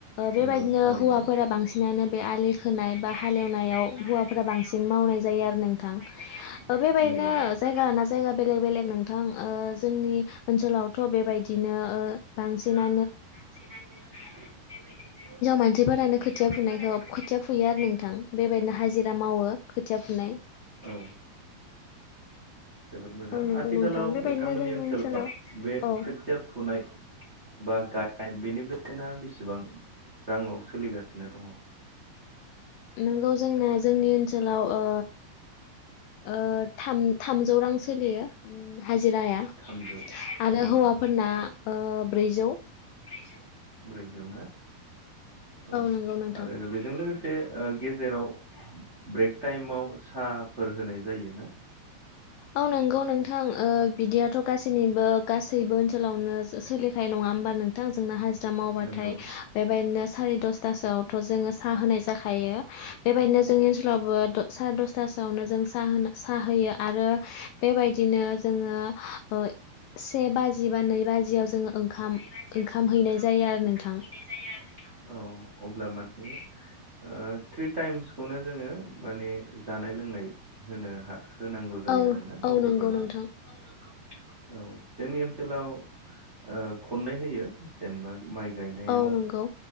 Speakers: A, on the left; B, on the right.
A: बेबायदिनो
B: नंगौ थारैनो
A: हौवाफोरा बांसिनानो बे आलि खोनाय बा
B: बे
A: हालेवनायाव
B: आलि खोनाय बा
A: हौवाफोरा
B: हालेवनायाव
A: बांसिन मावनाय जायो आरो नोंथां।
B: होनाय जायो आरो नोंथां।
A: ओ बेबायदिनो
B: नंगौ
A: जायगा लाना जायगा बेलेग बेलेग नोंथां ओ जोंनि ओनसोलावथ' बेबायदिनो ओ बांसिना
B: ओ बांसिनानो बेबायदिनो हिनजाव
A: मानसिफोरानो
B: मासिफोरानो खोथिया
A: फुनायखौ
B: फुनाय
A: फुयो आरो नोंथां बेबायदिनो हाजिरा मावो खोथिया फुनाय।
B: औ। जोबोद मोजां
A: औ नंगौ
B: आथिखालाव
A: नोंथां बेबायदिनो
B: नोंथांमोननि
A: जोंनि
B: ओनसोलाव बे
A: औ
B: खोथिया फुनाय बा गायनाय बेनि बेसेना बेसेबां राङाव सोलिगासिनो दङ'?
A: नोंगौ जोंना जोंनि ओनसोलाव ओ ओ थाम-थामजौ रां सोलियो। हाजिराया
B: थामजौ
A: आरो
B: नंगौ
A: हौवाफोरना ओ ब्रैजौ।
B: ब्रैजौ। ब्रैजौ ना? औ
A: नंगौ नोंथां
B: आरो बेजों लोगोसे से गेजेराव ब्रेक टाइमाव साहाफोर होनाय जायो ना?
A: औ नंगौ नोंथां ओ बिदियाथ' गासैनिबो गासैबो ओनसोलावनो सो-सोलिखानाय नङा होमबा? नोंथां जोंना हाजिरा मावबाथाय
B: नंगौ
A: बेबायदिनो सारि दसथासोआवथ' जोङो साहा होनाय जाखायो। बेबायदिनो जोंनि ओनसोलावबो द सारि दसथासोआवनो जों सा-साहा होयो आरो बेबायदिनो जोङो ओ से बाजि बा नै बाजियाव जोङो ओंखाम
B: बाजियाव जोङो
A: हैनाय
B: ओंखाम
A: जायो आरो
B: ओंखाम
A: नोंथां
B: हैनाय जायो आरो नोंथां। औ अब्ला मान्थनि ओ थ्रि टाइमसखौनो जोङो माने जानाय लोंनाय होनो हा होनांगौ जायो
A: औ
B: आरोना मावग्राफोरनो?
A: औ नंगौ नोंथां
B: औ औ नंगौ नोंथां। औ जोंनि ओन सोलाव ओ खननै होयो जेनेबा माइ गायनायाव
A: औ नंगौ